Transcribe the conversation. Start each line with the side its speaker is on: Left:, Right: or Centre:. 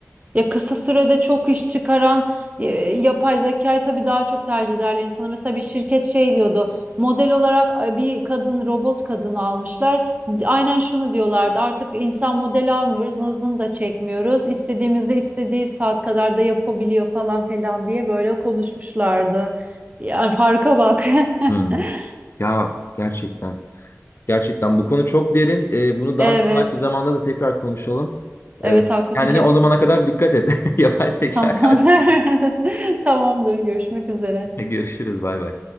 Right: Ya kısa sürede çok iş çıkaran e, yapay zekayı tabii daha çok tercih ederler insana. Mesela bir şirket şey diyordu. Model olarak e, bir kadın, robot kadın almışlar. Aynen şunu diyorlardı. Artık insan model almıyoruz, nazını da çekmiyoruz. İstediğimizi istediği saat kadar da yapabiliyor falan filan diye böyle konuşmuşlardı. Yani farka bak.
Left: Hmm.
Right: <laughs>
Left: Ya gerçekten. Gerçekten bu konu çok derin. Ee, bunu daha
Right: Evet.
Left: müsait bir zamanda da tekrar konuşalım.
Right: Evet
Left: Ee,
Right: haklısın
Left: kendine
Right: kesinlikle.
Left: o zamana kadar dikkat et. <laughs> Yapay zeka
Right: Tamam.
Left: karşısında.
Right: <laughs> Tamamdır. Görüşmek üzere.
Left: Görüşürüz. Bay bay.